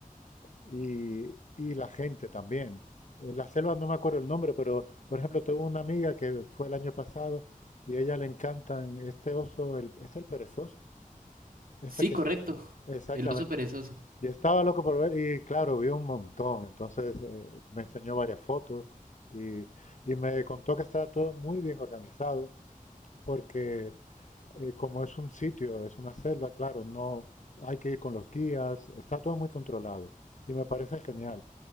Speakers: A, on the left; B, on the right.
A: y, y la gente también. Eh, La selva no me acuerdo el nombre, pero por ejemplo, tengo una amiga que fue el año pasado y a ella le encantan este oso, el, este el perezoso, este
B: Sí,
A: que
B: correcto,
A: está. Exactamente.
B: el oso perezoso.
A: Y estaba loco por ver y claro, vio un montón. Entonces eh, me enseñó varias fotos y, y me contó que estaba todo muy bien organizado porque eh, como es un sitio, es una selva, claro, no hay que ir con los guías, está todo muy controlado y me parece genial.